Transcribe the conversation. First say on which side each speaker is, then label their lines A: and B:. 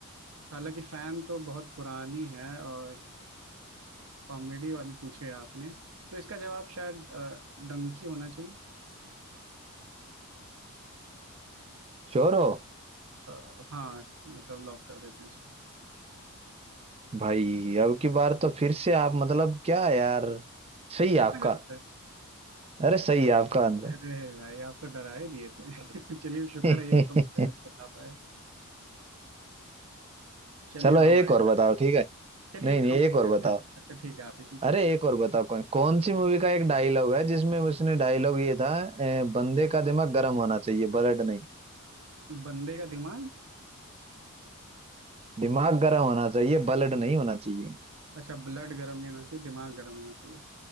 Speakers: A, on the right; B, on the right.
A: हालांकि फैन तो बहुत पुरानी है और कॉमेडी वाली पूछे आपने तो इसका जवाब शायद अ, डंकी होना चाहिए
B: श्योर हो
A: अ, हाँ मतलब लॉक कर देते हैं इसको
B: भाई अब की बार तो फिर से आप मतलब क्या यार सही
A: फिर
B: है आपका
A: से गलत है
B: अरे सही है आपका आंसर
A: अरे भाई आप तो डरा ही दिए थे <laughs> चलिए शुक्र
B: <laughs>
A: है एकदम सही बता पाए चलिए
B: चलो
A: अब
B: एक
A: हमारी
B: और
A: बारी
B: बताओ ठीक है
A: चलिए
B: नहीं
A: एक
B: नहीं
A: हम
B: एक
A: पूछ
B: और
A: लेते
B: बताओ
A: हैं अच्छा ठीक है आप ही पूछिए
B: अरे
A: फिर
B: एक और बताओ कौन कौन सी मूवी का एक डायलॉग है जिसमें उसने डायलॉग ये था "अ, बंदे का दिमाग गर्म होना चाहिए ब्लड नहीं
A: बंदे का दिमाग
B: दिमाग गर्म होना चाहिए बलड नहीं होना चाहिए
A: अच्छा ब्लड गर्म नहीं होना चाहिए दिमाग गर्म होना चाहिए